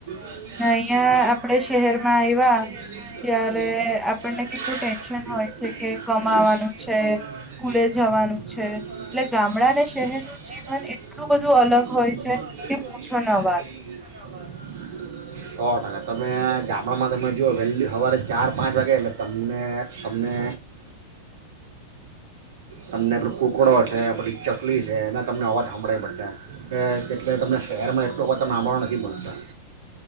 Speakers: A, on the right; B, in the centre.
A: ને
B: અહીંયા
A: અહીંયા
B: આપણે શહેરમાં
A: આપણે
B: આવ્યા
A: શહેર
B: ત્યારે
A: માં
B: આપણને
A: આયવા
B: કેટલું ટેન્શન
A: ત્યારે
B: હોય છે કે કમાવાનું
A: <unintelligible>
B: છે
A: ને
B: સ્કૂલે
A: ગામડા
B: જવાનું છે
A: <inaudible>
B: એટલે ગામડા
A: કેટલું
B: અને શહેરનું
A: બધું
B: જીવન એટલું
A: અલગ
B: બધું
A: હોય
B: છે કે
A: છે
B: પૂછો ન વાત
A: <inaudible> સો ટકા તમે ગામડામાં તમે જુઓ ઓ વહેલી સવારે ચાર પાંચ વાગે એટલે તમને તમને તમને કુકડો છે, પછી ચકલી છે, એના તમને અવાજ હભંળાય બધા એટલે તમને શહેરમાં એટલો અવાજ ત હાભળવા નથી મળતો.